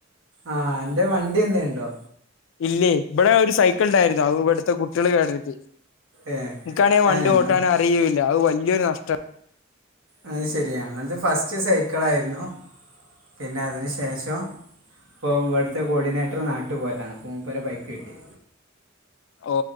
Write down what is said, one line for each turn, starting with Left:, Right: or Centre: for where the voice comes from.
Right: ആഹ എന്റെ വണ്ടി എന്ത ഉണ്ടോ
Left: ഇല്ലേ ഇവിടെ ഒരു സൈക്കിൾ ഉണ്ടായിരുന്നു അത് ഇവിടുത്തെ കുട്ടികൾ കേട് വരത്തി
Right: ഏ
Left: എനിക്കാണെൽ
Right: ഞാൻ
Left: വണ്ടി
Right: ഞങ്ങൾ
Left: ഓട്ടാന അറിയല്ല അത് വലിയൊരു നഷ്ട
Right: അത് ശരി ഞങ്ങത് ഫസ്റ്റ് സൈക്കിള ആയിരുന്നു പിന്നെ അതിന് ശേഷം ഇപ്പോൾ ഇവിടുത്തെ കോർഡിനേറ്റർ നാട്ടിൽ പോയതാണ് അപ്പോൾ മുപ്പരെ ബൈക്ക് കിട്ടി
Left: ഓ